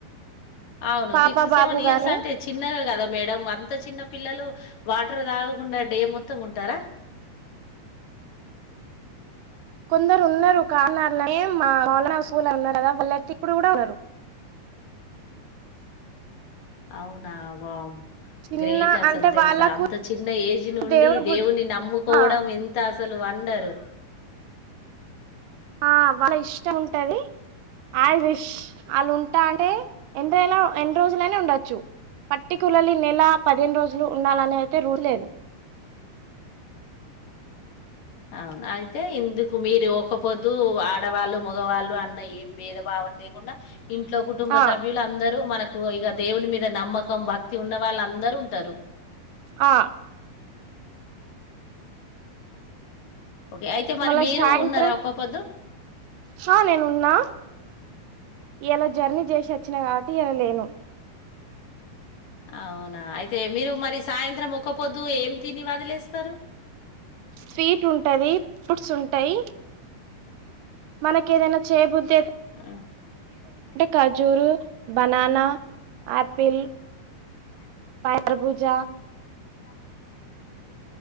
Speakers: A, on the left (about 60°); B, on the right (about 85°).
A: అవును
B: పాప
A: సిక్స్
B: బాబు
A: సెవెన్ ఇయర్స్
B: గాని
A: అంటే చిన్నగా కదా మేడం అంత చిన్న పిల్లలు వాటర్ తాగకుండా డే మొత్తం ఉంటారా
B: కొందరు ఉన్నారు కన <inaudible> లో మా అన్న స్కూల్ ఉన్నారు కదా వాళ్ళు అయితే ఇప్పుడు కూడా ఉన్నారు
A: అవునా వామ్
B: చిన్న
A: గ్రేట్ అసలు
B: అంటే
A: తెలుసా
B: వాళ్ళకు
A: అంత చిన్న ఏజ్ నుండి
B: దేవుడు
A: దేవున్ని
B: బుద్ధి
A: నమ్ముకోవడం
B: ఆ
A: ఎంత అసలు అన్ ఉంటారు
B: ఆ వాళ్ళ ఇష్టం ఉంటాది ఆవిష్ వాళ్ళు ఉంటానే ఎన్ని రోజులునే ఉండొచ్చు పర్టికలర్లీ నెల పదిహేను రోజులు ఉండాలని అయితే రూల్ లేదు
A: అవును అయితే ఇందుకు మీరు ఒక పొద్దు ఆడవాళ్ళు మగవాళ్ళు అన్న ఏం భేదభావం లేకుండా ఇంట్లో కుటుంబ
B: ఆ
A: సభ్యులు అందరూ మనకు ఇగొ ఇక దేవుని మీద నమ్మకం భక్తి ఉన్న వాళ్ళు అందరు ఉంటారు
B: ఆ
A: ఓకే అయితే మరి
B: మళ్ళ
A: మీరు
B: సాయంత్రం
A: ఉన్నారా ఒక్కపోద్దు
B: హా నేను ఉన్నా ఇయలా జర్నీ చేసి వచ్చిన కాబట్టి ఇయల లేను
A: అవునా అయితే మీరు మరి సాయంత్రం ఒక్కపోద్దు ఏమి తిని వదిలేస్తారు.
B: స్వీట్ ఉంటాది ఫ్రుట్స్ ఉంటాయ్ మనకు ఏదైనా చేయబుద్
A: ర్
B: ఖజూరు
A: చేసుకోవచ్చు స్వీట్
B: బనానా
A: ఏంటంటే కజూ
B: ఆపిల్
A: బనానా ఆపిల్
B: కర్బూజ
A: పైనాపిల్ తరబతా